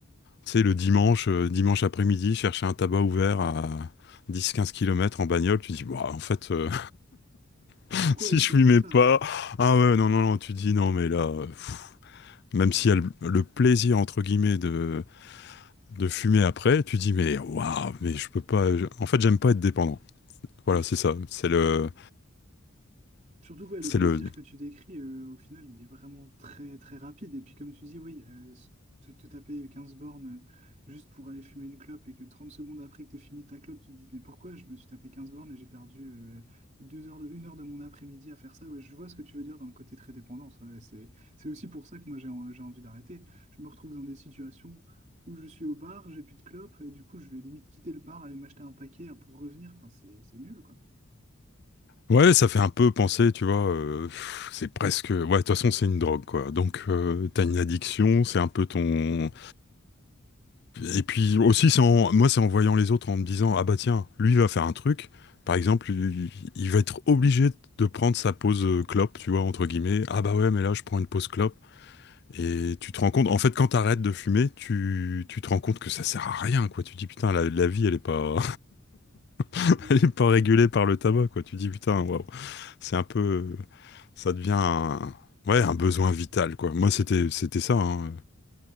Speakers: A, on the left; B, on the right.
A: tu sais, le dimanche, euh, dimanche après-midi, chercher un tabac ouvert à 10-15 kilomètres en bagnole, tu dis, Ouah, en fait, euh, <laughs>
B: Pourquoi
A: si
B: est-ce
A: je
B: que
A: fumais
B: je fais ça?
A: pas, ah ouais, non, non, non, tu dis, non, mais là, euh, pff. même s'il y a le le plaisir, entre guillemets, de de fumer après, tu dis mais waouh, mais je peux pas. je- En fait, j'aime pas être dépendant. Voilà,
B: Bah, s-
A: c'est ça. C'est
B: sur-
A: le,
B: Surtout ouais, le
A: c'est
B: plaisir
A: le.
B: que tu décris, euh, au final, il est vraiment très très rapide. Et puis comme tu dis, oui, euh, s- te, te taper 15 bornes euh, juste pour aller fumer une clope et que 30 secondes après que tu fini ta clope, tu te dis, mais pourquoi je me suis tapé 15 bornes et j'ai perdu euh, deux heures de, une heure de mon après-midi à faire ça? Ouais, je vois ce que tu veux dire dans le côté très dépendance. Ouais, c'est, c'est aussi pour ça que moi j'ai en- j'ai envie d'arrêter. Je me retrouve dans des situations où je suis au bar, j'ai plus de clope, et du coup je vais limite quitter le bar, aller m'acheter un paquet pour revenir. Enfin, c'est c'est nul, quoi.
A: Ouais, ça fait un peu penser, tu vois. euh, pff, c'est presque. Ouais, de toute façon, c'est une drogue, quoi. Donc, euh, t'as une addiction, c'est un peu ton. Et puis aussi, c'est en... moi, c'est en voyant les autres en me disant ah bah tiens, lui il va faire un truc. Par exemple, il il va être obligé de prendre sa pause euh, clope, tu vois, entre guillemets. Ah bah ouais, mais là, je prends une pause clope. Et tu te rends compte, en fait, quand t'arrêtes de fumer, tu, tu te rends compte que ça sert à rien, quoi. Tu dis, putain, la, la vie, elle est pas, <laughs>
B: Ouais.
A: elle est pas régulée par le tabac, quoi. Tu dis, putain, waouh, c'est un peu, ça devient un, ouais, un besoin vital, quoi. Moi, c'était, c'était ça, hein.